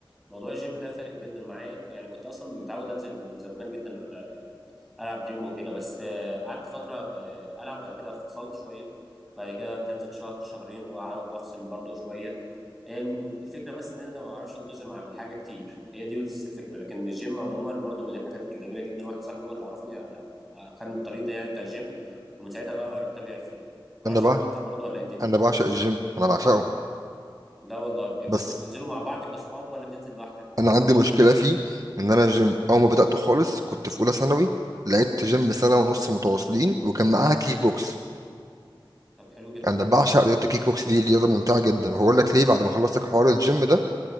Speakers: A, in the centre; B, on the right.
A: موضوع الجيم ده فارق جدا معايا يعني كنت اصلا متعود انزل من زمان جدا آه، العب جيم وكده بس آه، قعدت فتره آه، العب بعد كده فصلت شويه بعد كده تنزل شهر شهرين وأع- وافصل برضو شويه هي الم- الفكره بس ان انا ما بعرفش انتظم على الحاجه كتير هي دي بس الفكره لكن الجيم عموما برضو من الحاجات الجميله جدا واحد صاحبي هو اللي عرفني على خدني الطريق ده يعني بتاع الجيم ومن ساعتها بقى وانا متابع فيه ما
B: انا
A: اعرفش
B: بقى
A: انت بتنزل برضو ولا ايه الدنيا
B: انا بعشق الجيم انا بعشقه
A: لا والله يا بس
B: بس
A: بتنزلوا مع بعض كاصحاب ولا بتنزل لوحدك
B: انا عندي مشكله فيه ان انا الجيم اول ما بداته خالص كنت في اولى ثانوي لعبت جيم سنه ونص متواصلين وكان معاها كيك بوكس
A: طب حلو جدا
B: انا بعشق رياضه الكيك بوكس دي رياضه ممتعه جدا وهقول لك ليه بعد ما خلصت حوار الجيم ده